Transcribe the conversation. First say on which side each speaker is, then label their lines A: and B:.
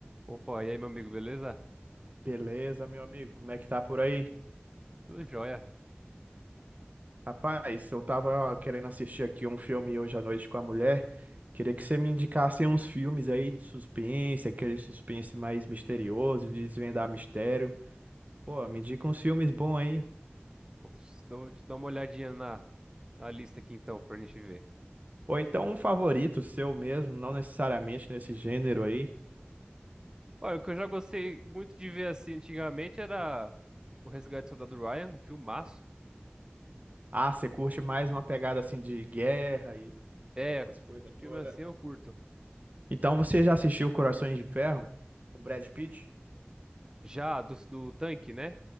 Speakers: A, on the right; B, on the right.
A: Opa, e aí, meu amigo, beleza?
B: Beleza, meu amigo, como é que tá por aí?
A: Tudo jóia.
B: Rapaz, eu tava ó, querendo assistir aqui um filme hoje à noite com a mulher. Queria que você me indicasse uns filmes aí de suspense, aquele suspense mais misterioso, de desvendar mistério. Pô, me indica uns filmes bons aí.
A: Vou te dar vou te dar uma olhadinha na, na lista aqui então, pra gente ver.
B: Ou então um favorito seu mesmo, não necessariamente nesse gênero aí.
A: Olha, o que eu já gostei muito de ver assim antigamente era O Resgate do Soldado Ryan, um filmaço.
B: Ah, você curte mais uma pegada assim de guerra e
A: É,
B: essas coisas
A: filme
B: todas.
A: assim eu curto.
B: Então você já assistiu Corações de Ferro? O Brad Pitt?
A: Já, do, do tanque, né?